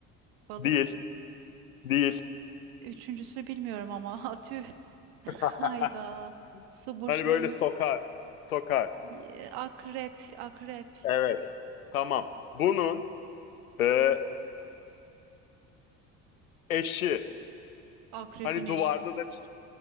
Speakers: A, on the right; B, on the left.
A: balık.
B: Değil. Değil.
A: Üçüncüsü bilmiyorum ama <laughs> atü.
B: <laughs>
A: Hayda. Su burçlarının.
B: Hani böyle sokar. Sokar.
A: Ee, Akrep, akrep.
B: Evet. Tamam. Bunun e, eşi.
A: Akrebin
B: Hani
A: eşi.
B: duvarda da bir